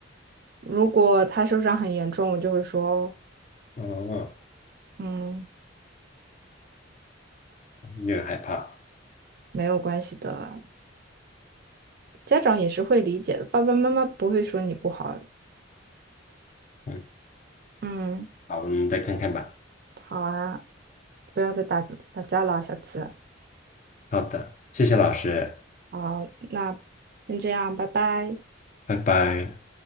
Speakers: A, on the right (about 50°); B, on the left (about 35°).
A: 如果他受伤很严重，我就会说，
B: 哦，
A: 嗯。
B: 有点害怕。
A: 没有关系的啊，家长也是会理解的，爸爸妈妈不会说你不好。
B: 嗯，
A: 嗯，
B: 好，我们再看看吧。
A: 好啊，不要再打打架了，下次。
B: 好的，谢谢老师，
A: 好，那先这样，拜拜。
B: 拜拜。